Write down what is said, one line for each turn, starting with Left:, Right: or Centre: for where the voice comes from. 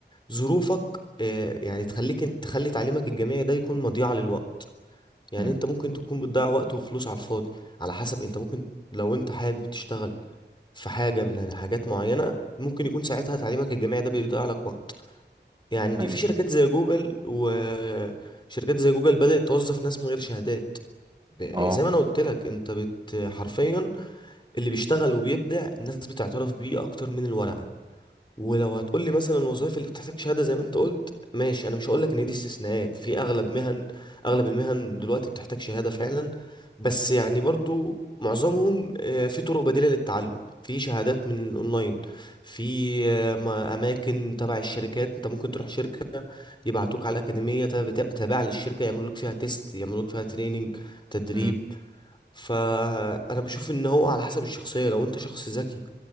Left: ظروفك آه، يعني تخليك تخلي تعليمك الجامعي ده يكون مضيعة للوقت يعني
Right: مم.
Left: انت ممكن تكون بتضيع وقت وفلوس على الفاضي على حسب انت ممكن لو انت حابب تشتغل في حاجة من حاجات معينة ممكن يكون ساعتها تعليمك الجامعي ده بيضيع لك وقت يعني
Right: ايوه
Left: في شركات زي جوجل وشركات زي جوجل بدأت توظف ناس من غير شهادات ب-
Right: اه
Left: زي ما انا قلت لك انت بت حرفيا اللي بيشتغل وبيبدع الناس بتعترف بيه اكتر من الورقة ولو هتقول لي مثلا الوظائف اللي بتحتاج شهاده زي ما انت قلت ماشي انا مش هقول لك ان دي استثناءات في اغلب مهن اغلب المهن دلوقتي بتحتاج شهاده فعلا بس يعني برضو معظمهم آه، في طرق بديله للتعلم في شهادات من الاونلاين في آه، ما- اماكن تبع الشركات انت ممكن تروح شركه يبعتوك على اكاديميه تب- تب- تابعه للشركه يعملوا لك فيها تيست يعملوا لك فيها تريننج تدريب
Right: مم.
Left: فانا بشوف ان هو على حسب الشخصيه لو انت شخص ذكي